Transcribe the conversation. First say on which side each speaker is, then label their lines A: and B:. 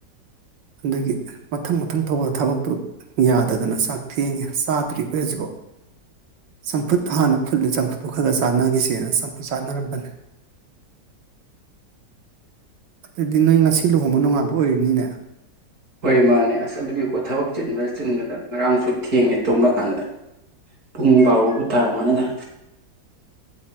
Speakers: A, on the right (about 85°); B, on the right (about 55°).
A: ꯑꯗꯒꯤ ꯃꯊꯪ ꯃꯊꯪ ꯊꯧꯕ ꯊꯕꯛꯇꯨ ꯌꯥꯗꯗꯅ ꯆꯥꯛ ꯊꯦꯡꯉꯦ ꯆꯥꯗ꯭ꯔꯤ ꯑꯩꯈꯣꯏ ꯍꯧꯖꯤꯐ ꯆꯝꯐꯨꯠ ꯍꯥꯟꯅ ꯐꯨꯠꯂꯦ ꯆꯝꯐꯨꯠꯇꯨ ꯈꯔꯒ ꯆꯥꯅꯈꯤꯁꯦꯅ ꯆꯝꯐꯨꯠ ꯆꯥꯅꯔꯝꯕꯅꯤ ꯑꯗꯨꯗꯤ ꯅꯣꯏ ꯉꯁꯤ ꯂꯨꯍꯣꯡꯕ ꯅꯨꯡꯉꯥꯄ ꯑꯣꯏꯔꯤꯅꯤꯅ
B: ꯍꯣꯏ ꯃꯥꯅꯦ ꯑꯁ ꯑꯗꯨꯒꯤꯀꯣ ꯊꯕꯛ ꯆꯤꯟ ꯆꯤꯟꯕꯗ ꯉꯔꯥꯡꯁꯨ ꯊꯦꯡꯉꯦ ꯇꯨꯝꯕ ꯀꯥꯟꯗ ꯄꯨꯡ ꯕꯥꯔꯣꯕꯨ ꯇꯥꯔꯝꯃꯅꯤꯗ